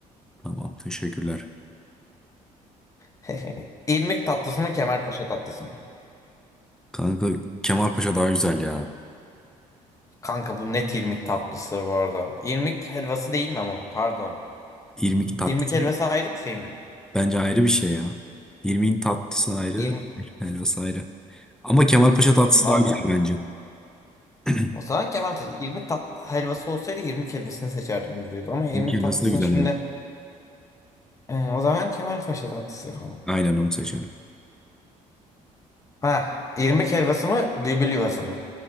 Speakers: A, in the centre; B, on the left.
A: Tamam teşekkürler.
B: <laughs> İrmik tatlısı mı Kemalpaşa tatlısı mı?
A: Kanka Kemalpaşa daha güzel ya.
B: Kanka bu net irmik tatlısıdır bu arada. İrmik helvası değil mi ama pardon.
A: İrmik tatlısı.
B: İrmik helvası ayrı bir şey mi?
A: Bence ayrı bir şey ya. İrmiğin tatlısı ayrı,
B: İrmik
A: helvası ayrı. Ama Kemalpaşa tatlısı
B: valla.
A: daha güzel bence. <clears throat>
B: O zaman Kemal Paşa. İrmik tat helvası olsaydı irmik helvasını seçerdim yüzde yüz. Ama irmik
A: İrmik helvası
B: tatlısını
A: da güzel
B: şimdi
A: evet.
B: Ee, o zaman Kemal Paşa tatlısı yapalım.
A: Aynen onu seçerim.
B: Ha irmik helvası mı bülbül yuvası mı?